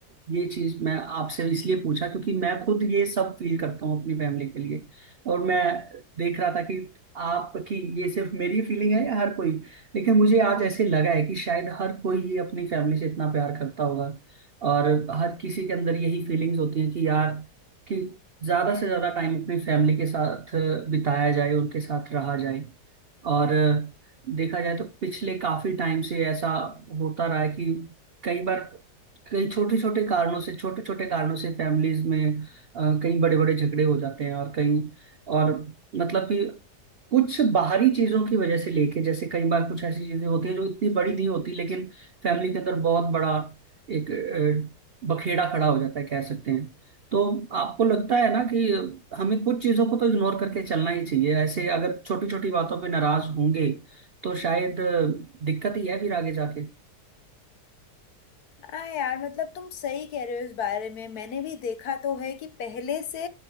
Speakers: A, on the right; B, on the left.
A: ये चीज मैं आपसे इसलिए पूछा क्योंकि मैं खुद ये सब फील करता हूँ अपनी फैमिली के लिए और मैं देख रहा था कि आपकी ये सिर्फ मेरी फीलिंग है या हर कोई लेकिन मुझे आज ऐसे लगा है कि शायद हर कोई ही अपनी फैमिली से इतना प्यार करता होगा और हर किसी के अंदर यही फीलिंग्स होती हैं कि यार कि ज्यादा से ज्यादा टाइम अपनी फैमिली के साथ बिताया जाए उनके साथ रहा जाए और देखा जाए तो पिछले काफी टाइम से ऐसा होता रहा है कि कई बार कई छोटे छोटे कारणों से छोटे छोटे कारणों से फैमिलीज में अ, कई बड़े बड़े झगड़े हो जाते हैं और कई और मतलब कि कुछ बाहरी चीजों की वजह से लेके जैसे कई बार कुछ ऐसी चीजें होती हैं जो इतनी बड़ी नहीं होती लेकिन फैमिली के अंदर बहुत बड़ा एक अ, बखेड़ा खड़ा हो जाता है कह सकते हैं तो आपको लगता है ना कि हमें कुछ चीजों को तो इग्नोर करके चलना ही चाहिए ऐसे अगर छोटी छोटी बातों पे नाराज होंगे तो शायद अ, दिक्कत ही है फिर आगे जाके
B: हाँ यार मतलब तुम सही कह रहे हो इस बारे में मैंने भी देखा तो है कि पहले से